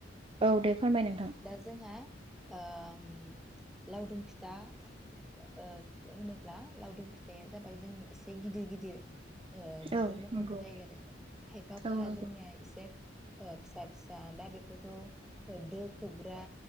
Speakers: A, on the right; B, in the centre.
A: औ दे फोरमाय नोंथां
B: दा जोंहा ओम लावदुम फिथा ओ होनोब्ला लावदुम फिथाया जाबाय जोंनि एसे गिदिर गिदिर, दुलुर
A: औ
B: महरनि
A: नंगौ
B: जायो आरो खायफाफोरा
A: औ नंगौ
B: जोंनिया एसे ओ फिसा फिसा दा बेफोरखौ दो खोबग्रा